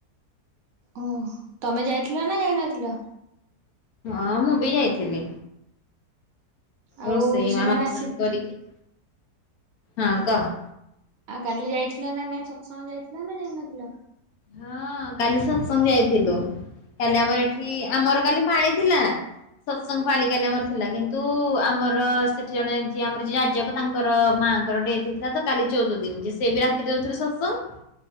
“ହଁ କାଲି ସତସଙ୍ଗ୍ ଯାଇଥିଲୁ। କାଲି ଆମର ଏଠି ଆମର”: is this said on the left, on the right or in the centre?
Left